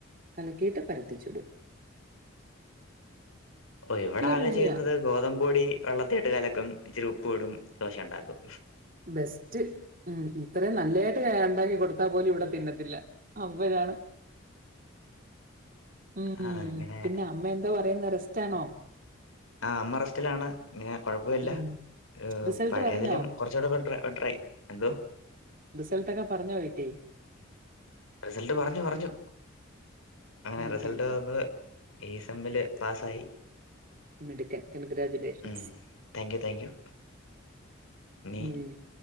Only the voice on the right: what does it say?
കല കിട്ടെ പര ത്തി ചൂടും
രുചിയാ
ബെസ്റ്റ് ഉം ഇത്റേം നല്ലായിട്ട് ഉണ്ടാകി കൊടു ടുത്ത പോലും ഇവിടെ തിന്നത്തില്ല അവരാണ് ഉം
ഉം
പിന്നെ അമ്മ എന്തോ പറയു പറയുന്നു റെസ്റ്റ് ആണോ.
ഉം
റിസൾട്ട്
പറഞ്ഞോ
റിസൾട്ട് ഒക്കെ പറഞ്ഞോ വീട്ടി
ഉം
ഉം ഉം.
മിടുക്കൻ കൺഗ്രാചുലേഷൻസ്
ഉം